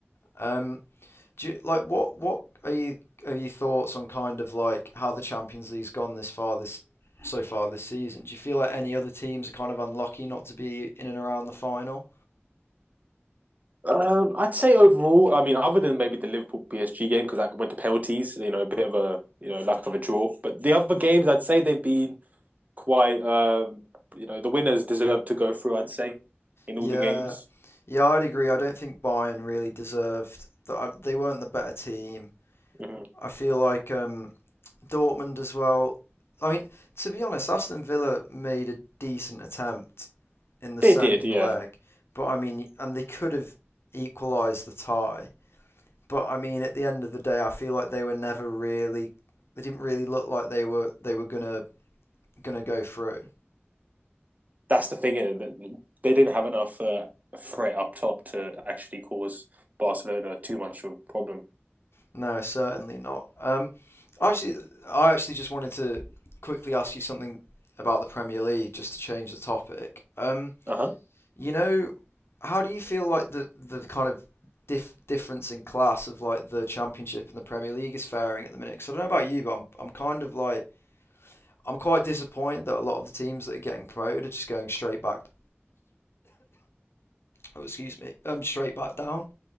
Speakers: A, on the left (about 65°); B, on the right (about 35°).
A: Um, Do you, like what what are you are your thoughts on kind of like how the Champions League's gone this far this so far this season? Do you feel like any other teams are kind of unlucky not to be in and around the final?
B: Um, I'd say overall, I mean, other than maybe the Liverpool PSG game because that went to penalties, you know, a bit of a you know lack of a draw. But the other games, I'd say they've been quite, um, you know, the winners deserve to go through. I'd say in
A: Yeah,
B: all the games,
A: yeah, I'd agree. I don't think Bayern really deserved that. They weren't the better team.
B: Mhm.
A: I feel like um, Dortmund as well. I mean, to be honest, Aston Villa made a decent attempt in the
B: they
A: second
B: did. Yeah,
A: leg, but I mean, and they could have equalised the tie. But I mean, at the end of the day, I feel like they were never really. They didn't really look like they were they were gonna gonna go through.
B: that's the thing. Isn't it? They didn't have enough uh, threat up top to actually cause Barcelona too much of a problem.
A: No, certainly not. Um, actually, I actually just wanted to quickly ask you something about the Premier League, just to change the topic. Um,
B: Uh huh.
A: you know, how do you feel like the the kind of dif- difference in class of like the Championship and the Premier League is faring at the minute? Because I don't know about you, but I'm I'm kind of like I'm quite disappointed that a lot of the teams that are getting promoted are just going straight back oh, excuse me, um, straight back down.